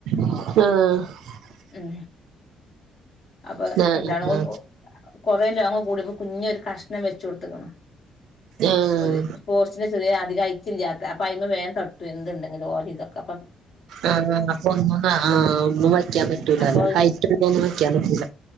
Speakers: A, on the right; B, on the left.
A: ആഹ്
B: ഉ അപ
A: ആഹ് ആഹ്
B: എന്താണ് ഒന്ന് ഒ കൊറേ <unintelligible> കൂടുമ്പോ കുഞ്ഞൊര് കഷ്ണം വെച്ച കൊട്ത്തിക്കിണ്
A: ആഹ്
B: ഒരു പോസ്റ്റിന് ചെറ്യേ അധികൈറ്റില്ല്യാത്തെ അപ്പയ്മ വേം ത എന്തിണ്ടെങ്കിലു ഓലി ഇതക്കെ പ്പം
A: ആ അപ്പൊ ഒന്നും ആ ഒന്നും
B: ഉം
A: വയ്ക്കാൻ പറ്റൂലാല്ല
B: ഉം അപ്പൊ
A: ഹൈറ്റ് ഒ ഒന്നും വയ്ക്കാൻ പറ്റൂല